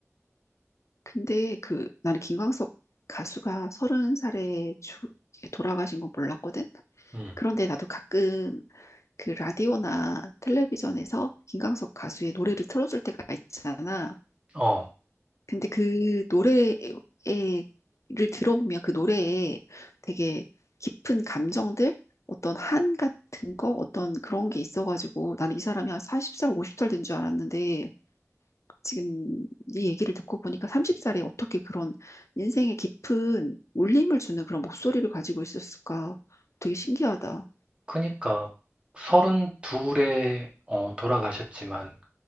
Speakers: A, on the left (about 65°); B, on the right (about 20°).
A: 근데 그 나는 김광석 가수가 서른 살에 주, 돌아가신 건 몰랐거든.
B: 음.
A: 그런데 나도 가끔 그 라디오나 텔레비전에서 김광석 가수의 노래를 틀어줄 때가 있잖아.
B: 어,
A: 근데 그 노래를 들어보면 그 노래에 되게 깊은 감정들, 어떤 한 같은 거, 어떤 그런 게 있어가지고 나는 이 사람이 한 40살, 50살 된 줄 알았는데 지금 네 얘기를 듣고 보니까 30살에 어떻게 그런 인생의 깊은 울림을 주는 그런 목소리를 가지고 있었을까? 되게 신기하다.
B: 그니까 서른둘에 어, 돌아가셨지만